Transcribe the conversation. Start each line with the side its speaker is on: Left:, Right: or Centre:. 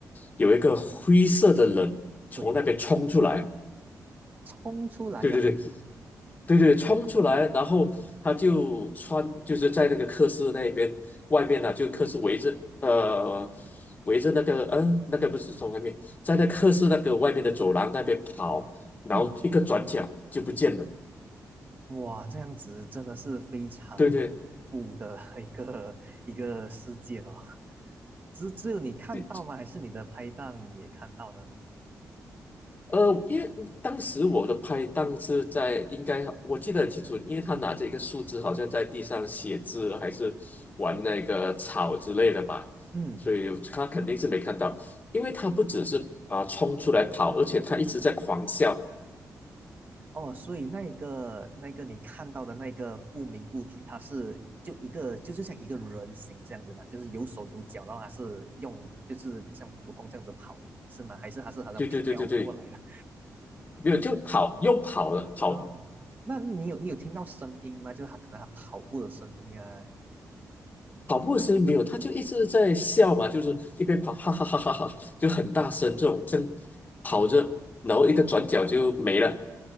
Left: 有一个灰色的人从那边冲出来，
Right: 对哦，冲出来呀、
Left: 对对对，对对，冲出来，然后他就穿就是在那个课室那边外面呢、就课室围着呃围着那个嗯、呃那个不是从外面，在那课室那个外面的走廊那边跑，然后一个转角就不见了，
Right: 嗯，哇，这样子真的是非常恐怖的
Left: 对对
Right: <laughs> 一个一个事件哦。只只有你看到吗？
Left: 对，
Right: 还是你的拍档也看到呢？
Left: 呃，因为当时我的拍档是在，应该我记得很清楚，因为他拿着一个树枝，好像在地上写字，还是玩那个草之类的吧，
Right: 嗯，
Left: 所以他肯定是没看到，因为他不只是啊、冲出来跑，而且他一直在狂笑，
Right: 哦，所以那个那个你看到的那个不明物体，它是就一个就就像一个人形这样子吧，就是有手有脚，然后它是用就是像普通这样子跑，是吗？还是它是好像飘过来的？
Left: 对对对对对，没有就跑又跑了，
Right: <laughs>
Left: 跑
Right: 啊，那你有你有听到声音吗？就是它可能它跑步的声音啊，
Left: 跑步的声音没有，他就一直在笑嘛，就是一边跑哈哈哈哈哈，就很大声这种正跑着，然后一个转角就没了。